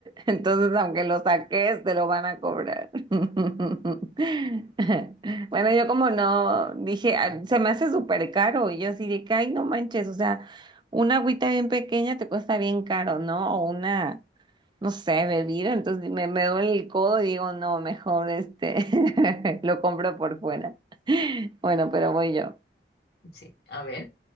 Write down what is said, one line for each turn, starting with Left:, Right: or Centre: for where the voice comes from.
Right: Entonces, aunque lo saques, te lo van a cobrar. <laughs> Bueno, yo como no dije, "Ah, se me hace súper caro. Y yo así de que, ay, no manches, o sea, una agüita bien pequeña te cuesta bien caro, ¿no? O una, no sé, bebida. Entonces me, me duele el codo y digo, no, mejor este, <laughs> lo compro por fuera. <laughs> Bueno, pero voy yo.
Left: Sí, a ver.